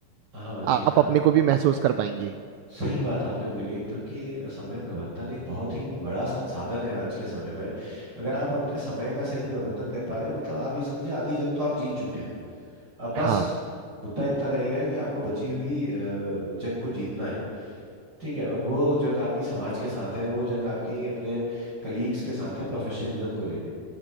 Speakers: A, on the right (about 30°); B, on the right (about 80°).
A: हाँ जी
B: आप
A: हाँ
B: अपने को भी महसूस कर पाएंगे
A: सही बात आपने बोली एकदम कि समय प्रबंधन एक बहुत ही बड़ा संसाधन है आज के समय में अगर आप अपने समय का सही प्रबंधन कर पा रहे हैं मतलब आप ये समझिए आधी जंग तो आप जीत चुके हैं अब बस
B: हाँ
A: मुद्दा इतना रह गया है कि आपको बची हुई अ, जंग को जीतना है ठीक है और वो जंग आपकी समाज के साथ है वो जंग आपकी अपने कलीग्स के साथ है प्रोफेशनलिज्म को लेके